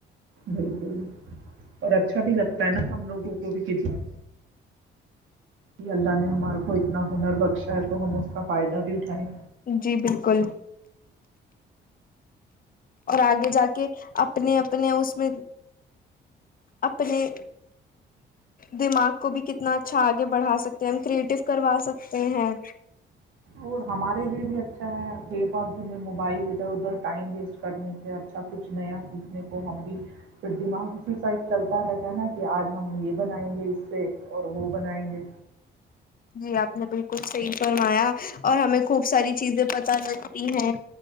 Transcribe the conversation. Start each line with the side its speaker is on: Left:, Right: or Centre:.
Right: بالکل اور اچھا بھی لگتا ہے نا ہم لوگوں کو بھی کتنا کہ اللہ نے ہمارا کو اتنا ہنر بخشا ہے تو ہم اس کا فائدہ بھیٹھائیں
Left: جی بالکل اور آگے جا کے اپنے اپنے اس میں اپنے دماغ کو بھی کتنا اھا اچھا آگے بڑا سکتے ہم کریٹو کروا سکتے ہیں
Right: اور ہمارے لیے بھی اچھا ہے ب پال توہیں موبائل دیتا ادھر ٹائم ویسٹ کرنے سے آ اچھا کچھ نیا پھوٹنے کو ہم بھی پھر دماغ اسی سائڈ چلتا رہتا ہے نا کہ آج ہم یہ بنائیں گے اس سے اور وہ بنائیں گے
Left: جی آپ نے بالکل صحیح فرمایا اور ہمیں خوب ساری چیزیں پتہ لگتی ہیں